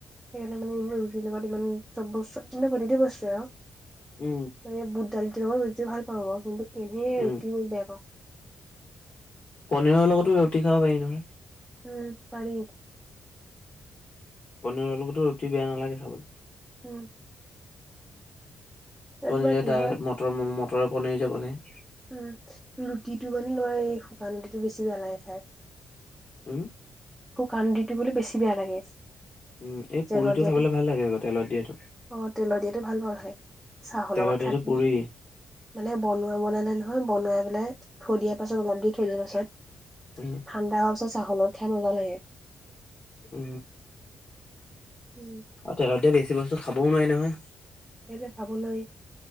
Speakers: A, in the centre; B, on the left.
A: সেইকাণে মানে <unintelligible> চব বচ, মানে প্ৰতিটো বস্তুৱে আও
B: উ।
A: নে বুট দালিটো লগত ৰুটি ভাল পাওঁ ম কিন্তু এনেই
B: উম
A: ৰুটি মই বেয়া পাওঁ।
B: পনীৰৰ লগতো ৰুটি খাব পাৰি নহয়।
A: উ পাৰি।
B: পনীৰৰ লগতো ৰুটি বেয়া নালাগে খাবলৈ।
A: উ। এ
B: পনীয়ে
A: তোমাৰ কি
B: দাল,
A: হয়
B: মটৰ-মটৰ পনীৰ যে বনায়।
A: উ ৰুটিটো মান নোৱাৰি, এই শুকান ৰুটিটো বেছি বেয়া লাগে খাই।
B: উ উ।
A: শুকান ৰুটিটো বোলে বেছি বেয়া লাগে।
B: উম এই
A: তেলত
B: পুৰিটো
A: দিয়াটো,
B: খাবলৈ ভাল লাগে আকৌ তেলত দিয়াটো
A: অ' তেল দিয়াটো ভাল পাওঁ খাই। চাহ
B: তেলত
A: লগত
B: দিয়াটো
A: খাই <unintelligible>
B: পুৰি
A: মানে বনোৱা বনালে নহয়, বনাই পেলাই থৈ দিয়া পাছত অলপ দি থৈ যায় পাছত।
B: উ।
A: ঠাণ্ডা হোৱা পিছত চাহ লগত খাই মজা লাগে।
B: উ।
A: উ।
B: তেলত দিয়া বেছি বস্তু খাবও নোৱাই নহয়।
A: কেলে খাব নোৱাই?